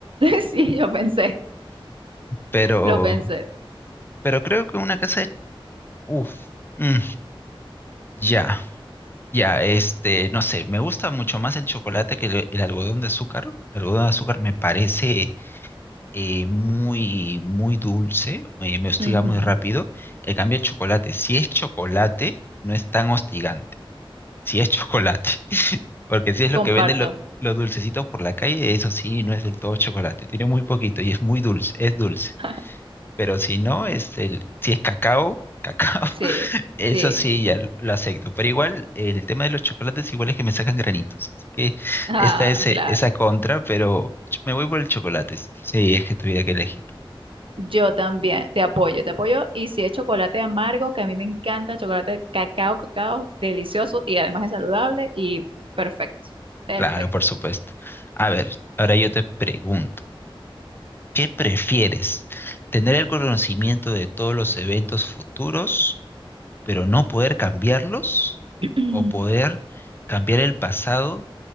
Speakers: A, on the right; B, on the left.
A: Sí, yo pensé,
B: Pero,
A: lo pensé.
B: pero creo que una casa de... Uf, mm, ya, ya, este, no sé, me gusta mucho más el chocolate que el, el algodón de azúcar. El algodón de azúcar me parece eh, muy, muy dulce, me, me hostiga
A: Ujú,
B: muy rápido. En cambio, el chocolate, si es chocolate, no es tan hostigante. Si es chocolate, <laughs> porque si es lo
A: Comparto.
B: que venden lo- los dulcecitos por la calle, eso sí, no es del todo chocolate. Tiene muy poquito y es muy dulce, es dulce.
A: <laughs>
B: pero si no, este, si es cacao, cacao,
A: Sí,
B: <laughs> eso
A: sí.
B: sí, ya lo acepto. Pero igual, el tema de los chocolates igual es que me sacan granitos, así que
A: Ah,
B: esta es eh,
A: claro.
B: esa contra, pero ch- me voy por el chocolate, si si es que tuviera que elegir.
A: Yo también te apoyo, te apoyo. Y si es chocolate amargo, que a mí me encanta, chocolate cacao, cacao, delicioso y además es saludable y perfecto, perfecto.
B: Claro, por supuesto. A ver, ahora yo te pregunto, ¿qué prefieres? ¿Tener el conocimiento de todos los eventos futuros, pero no poder cambiarlos?
A: <clears throat>
B: ¿O poder cambiar el pasado,